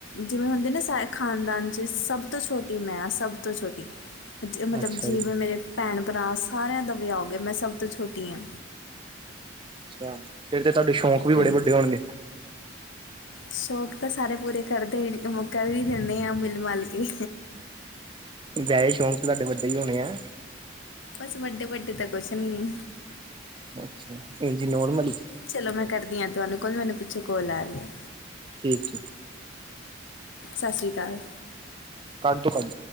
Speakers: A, on the left (about 80°); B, on the right (about 25°).
A: ਜਿਵੇਂ ਹੁੰਦੀ ਨਾ ਸਾ ਖਾਨਦਾਨ ਚ ਸਭ ਤੋਂ ਛੋਟੀ ਮੈਂ ਹਾਂ, ਸਭ ਤੋਂ ਛੋਟੀ।
B: <unintelligible>
A: ਜੇ ਮਤਲਬ
B: ਅੱਛਾ
A: ਜਿਵੇਂ
B: ਜੀ
A: ਮੇਰੇ ਭੈਣ-ਭਰਾ ਸਾਰਿਆਂ ਦਾ ਵਿਆਹ ਹੋ ਗਿਆ, ਮੈਂ ਸਭ ਤੋਂ ਛੋਟੀ ਆਂ।
B: ਅੱਛਾ, ਫੇਰ ਤੇ ਤੁਹਾਡੇ ਸ਼ੌਂਕ ਵੀ
A: ਹਾਂਜੀ
B: ਬੜੇ ਵੱਡੇ ਹੋਣਗੇ।
A: ਸ਼ੌਕ ਤਾਂ ਸਾਰੇ ਪੂਰੇ ਕਰਦੇ ਕਰ ਵੀ ਦਿੰਦੇ ਆ, ਮਿਲ ਮਲ ਕੇ
B: ਵੈਸੇ ਸ਼ੌਂਕ ਤਾਂ ਤੁਹਾਡੇ ਵੱਡੇ ਹੀ ਹੋਣੇ ਐ।
A: ਬਸ ਵੱਡੇ-ਵੱਡੇ ਤਾਂ ਕੁਛ ਨੀ ਐ।
B: ਅੱਛਾ ਇੰਜੀ ਨੋਰਮਲੀ।
A: ਚਲੋ ਮੈਂ ਕਰਦੀ ਹਾਂ ਤੁਹਾਨੂੰ ਕੋਲ, ਮੈਨੂੰ ਪਿੱਛੋਂ ਕੋਲ ਆ ਰਈ ਐ।
B: ਠੀਕ ਏ।
A: ਸਸ ਰੀ ਕਾਲ।
B: ਕੱਢ ਦੋ ਕੱਢ